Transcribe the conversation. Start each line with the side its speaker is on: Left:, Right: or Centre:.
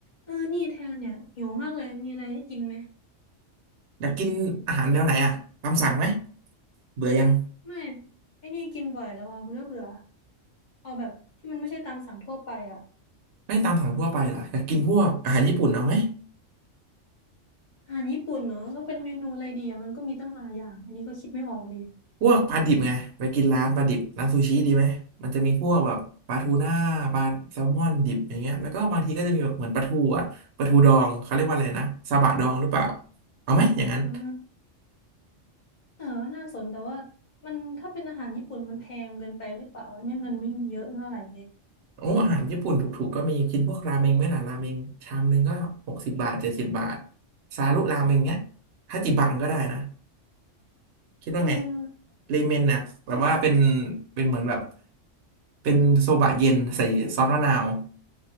Left: เออนี่แทนเนี่ยหิวมากเลย มีอะไรให้กินไหม
Right: อยากกินอาหารแนวไหนอ่ะตามสั่งไหม เบื่อยัง
Left: ไม่ไอ้นี่กินบ่อยแล้วอ่ะเบื่อเบื่อเอาแบบที่มันไม่ใช่ตามสั่งทั่วไปอ่ะ
Right: ไม่ตามสั่งทั่วไปเหรออยากกินพวกอาหารญี่ปุ่นเอาไหม
Left: อาหารญี่ปุ่นเนาะก็เป็นเมนูอะไรดีอ่ะมันก็มีตั้งหลายอย่างอันนี้ก็คิดไม่ออกเลย
Right: พวกปลาดิบไง ไปกินร้านปลาดิบร้านซูชิดีไหม มันจะมีพวกแบบปลาทูน่าปลาแซลมอนดิบอย่างเงี้ยแล้วก็บางทีก็จะมีแบบเหมือนปลาทูอ่ะปลาทูดองเขาเรียกว่าอะไรนะ ซาบะดองหรือเปล่าเอาไหมอย่างนั้น
Left: อ่าเออน่าสนแต่ว่ามันถ้าเป็นอาหารญี่ปุ่นมันแพงเกินไปหรือเปล่าวะเนี่ยเงินไม่มีเยอะเท่าไหร่เลย
Right: โอ้อาหารญี่ปุ่นถูกๆก็มีกินพวกราเมงไหมล่ะราเมงชามนึงก็หกสิบบาทเจ็ดสิบบาทซารุราเมงเงี้ยฮาจิบังก็ได้นะ คิดว่าไง
Left: เออ
Right: เลเมนน่ะแบบว่าเป็น
Left: ก็จริง
Right: เป็นเหมือนแบบ เป็นโซบะเย็นใส่ซอสมะนาว